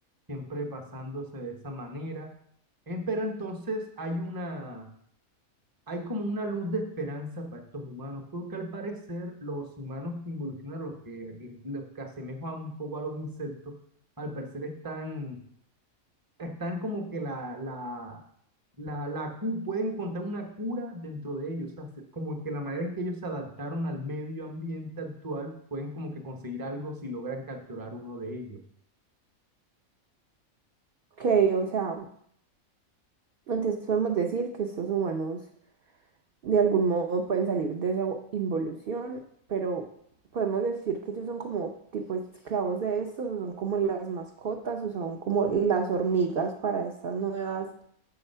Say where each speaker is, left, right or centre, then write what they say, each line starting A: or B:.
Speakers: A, on the right; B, on the right.
A: siempre pasándose de esa manera. Eh, pero entonces hay una, hay como una luz de esperanza para estos humanos, porque al parecer los humanos que involucionaron, los que, los que asemejan un poco a los insectos, al parecer están, están como que la, la, la, la cu- pueden encontrar una cura dentro de ellos, o sea, se- como que la manera en que ellos se adaptaron al medio ambiente actual, pueden como que conseguir algo si logran capturar uno de ellos.
B: Ok, o sea, entonces podemos decir que estos humanos de algún modo pueden salir de esa involución, pero podemos decir que ellos son como tipo esclavos de estos, o son como las mascotas, o son como las hormigas para estas nuevas